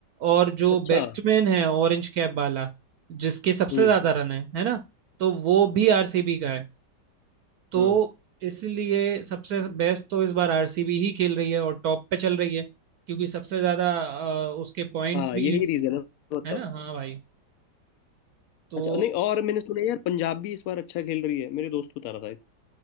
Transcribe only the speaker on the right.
और जो
बैट्समैन है ऑरेंज कैप वाला जिसके सबसे
ज्यादा रन है है ना तो वो भी आरसीबी का है तो
इसलिए सबसे बेस्ट तो इस बार आरसीबी ही खेल रही है और टॉप पे चल रही है क्योंकि सबसे ज्यादा अ, उसके पॉइंट्स
भी
हैं
है ना हाँ भाई तो